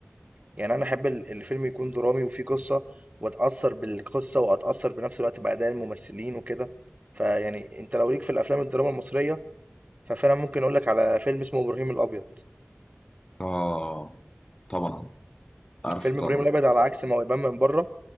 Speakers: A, on the right; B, on the left.
A: يعني أنا أحب ال الفيلم يكون درامي وفيه قصة وأتأثّر بالقصة وأتأثّر بنفس الوقت بأداء الممثلين وكده، فيعني أنت لو ليك في الأفلام الدراما المصرية، ففعلًا ممكن أقول لك على فيلم اسمه إبراهيم الأبيض،
B: آه طبعا عارفه
A: فيلم
B: طبعا
A: إبراهيم الأبيض على عكس ما هو يبان من برّه،